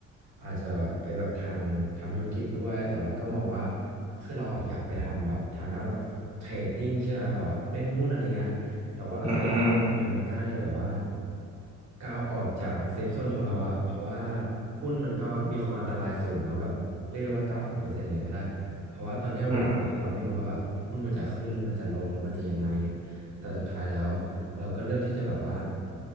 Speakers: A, on the right; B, on the right.
A: อาจจะไปแบบทางทำธุรกิจด้วย แต่ว่าก็มองว่าคือเราอะอยากไปทำแบบทางด้านแบบเทรดดิ้งใช่ไหมแบบว่าเล่นหุ้นอะไรเงี้ยแต่ว่าเราก็ยังยังไม่กล้าที่แบบว่า
B: อืม
A: ก้าวออกจากเซฟโซนของเราอะเพราะว่าหุ้นมันก็มีความอันตรายสูงเนาะแบบเรียกได้ว่าเก้าสิบเปอร์เซ็นต์เลยก็ได้ เพราะว่าตอนที่เราลงไปเราไม่รู้ว่าแบบหุ้นมันจะขึ้นหรือมันจะลงหรือมันจะยังไง
B: อืม
A: แต่สุดท้ายแล้วเราก็เลือกที่จะแบบว่า